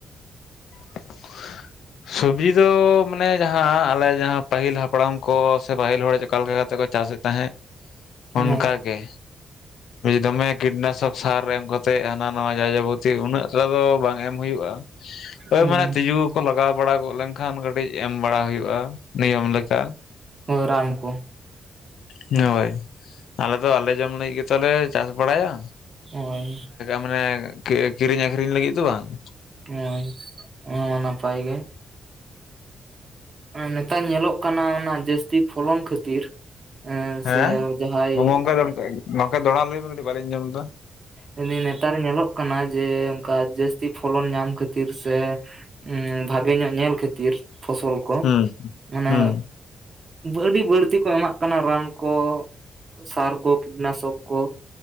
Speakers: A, on the left; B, on the right.
A: ᱻ ᱥᱚᱵᱡᱤ ᱫᱚ ᱢᱟᱱᱮ ᱡᱟᱦᱟᱸ ᱟᱞᱮ ᱡᱟᱦᱟᱸ ᱯᱟᱹᱦᱤᱞ ᱦᱟᱯᱲᱟᱢ ᱠᱚ ᱥᱮ ᱯᱟᱹᱦᱤᱞ ᱦᱚᱲ ᱚᱠᱟᱞᱮ ᱞᱮᱠᱟ ᱠᱟᱛᱮ ᱠᱚ ᱪᱟᱥᱮᱫ ᱛᱟᱦᱮᱸᱫ ᱚᱱᱠᱟ
B: ᱦᱳᱭ
A: ᱜᱮ ᱫᱚᱢᱮ ᱠᱤᱴᱱᱟᱥᱚᱠ ᱥᱟᱨ ᱮᱢ ᱠᱟᱛᱮᱜ ᱦᱟᱱᱟ ᱱᱟᱣᱟ ᱡᱟ ᱡᱟᱵᱚᱛᱤ ᱩᱱᱟᱹᱜ ᱴᱟ ᱫᱚ ᱵᱟᱝ ᱮᱢ ᱦᱩᱭᱩᱜᱼᱟ ᱦᱳᱭ
B: ᱦᱩᱸ
A: ᱢᱟᱱᱮ ᱛᱤᱡᱩ ᱠᱚ ᱞᱟᱜᱟᱣ ᱵᱟᱲᱟ ᱜᱚᱫ ᱞᱮᱱᱠᱷᱟᱱ ᱠᱟᱹᱴᱤᱡ ᱮᱢ ᱵᱟᱲᱟ ᱦᱩᱭᱩᱜᱼᱟ ᱱᱤᱭᱚᱢ ᱞᱮᱠᱟ
B: ᱦᱳᱭ ᱨᱟᱢ ᱠᱚ
A: ᱦᱳᱭ ᱟᱞᱮ ᱫᱚ ᱟᱞᱮ ᱡᱚᱢ ᱞᱟᱹᱜᱤᱫ ᱜᱮᱛᱚᱞᱮ ᱪᱟᱥ ᱵᱟᱲᱟᱭᱟ
B: ᱦᱳᱭ
A: ᱢᱟᱱᱮ ᱠᱤᱨᱤᱧ ᱟᱠᱷᱨᱤᱧ ᱞᱟᱹᱜᱤᱫ ᱫᱚ ᱵᱟᱝ
B: ᱦᱚᱭ ᱚᱱᱟ ᱦᱚᱸ ᱱᱟᱯᱟᱭ ᱜᱮ ᱱᱮᱛᱟᱨ ᱧᱮᱞᱚᱜ ᱠᱟᱱᱟ ᱚᱱᱟ ᱡᱟᱹᱥᱛᱤ ᱯᱷᱚᱞᱚᱱ ᱠᱷᱟᱹᱛᱤᱨ
A: ᱦᱮᱸ
B: ᱥᱮ ᱡᱟᱦᱟᱸᱭ
A: ᱚᱝᱠᱟ ᱱᱚᱠᱟᱱ ᱫᱚᱦᱲᱟ ᱞᱟᱹᱭ ᱵᱤᱱ ᱠᱟᱹᱴᱤᱡ ᱵᱟᱝ ᱞᱤᱧ ᱟᱡᱚᱢ ᱞᱮᱫᱟ
B: ᱱᱮᱛᱟᱨ ᱧᱮᱞᱚᱜ ᱠᱟᱱᱟ ᱡᱮ ᱚᱱᱠᱟ ᱡᱟᱹᱥᱛᱤ ᱯᱷᱚᱞᱚᱱ ᱧᱟᱢ ᱠᱷᱟᱹᱛᱤᱨ ᱥᱮ ᱵᱷᱟᱜᱮ ᱧᱚᱜ ᱧᱮᱞ ᱠᱷᱟᱹᱛᱤᱨ ᱯᱷᱚᱥᱚᱞ ᱠᱚ
A: ᱦᱩᱸ
B: ᱢᱟᱱᱮ
A: ᱦᱩᱸ
B: ᱟᱹᱰᱤ ᱵᱟᱹᱲᱛᱤ ᱠᱚ ᱮᱢᱟᱜ ᱠᱟᱱᱟ ᱨᱟᱱ ᱠᱚ ᱥᱟᱨ ᱠᱚ ᱠᱤᱴᱱᱟᱥᱚᱠ ᱠᱚ